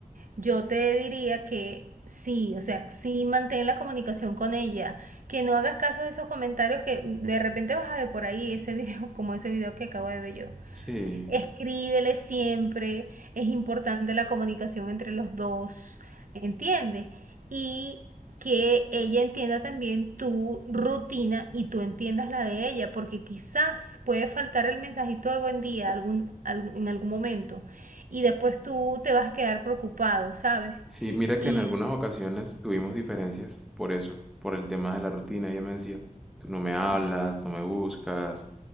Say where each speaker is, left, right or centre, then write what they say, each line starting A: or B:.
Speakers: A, on the right (about 75°); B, in the centre.
A: yo te diría que sí, o sea, sí mantén la comunicación con ella, que no hagas caso de esos comentarios que de repente vas a ver por ahí ese <laughs> video, como ese video que acabo de ver yo
B: Sí,
A: escríbele siempre, es importante la comunicación entre los dos, ¿entiendes? Y que ella entienda también tu rutina y tú entiendas la de ella, porque quizás puede faltar el mensajito de buen día algún, algún- en algún momento y después tú te vas a quedar preocupado, ¿sabes?
B: Sí, mira
A: Y,
B: que en algunas ocasiones tuvimos diferencias por eso, por el tema de la rutina. Ella me decía, tú no me hablas,
A: ok,
B: no me buscas.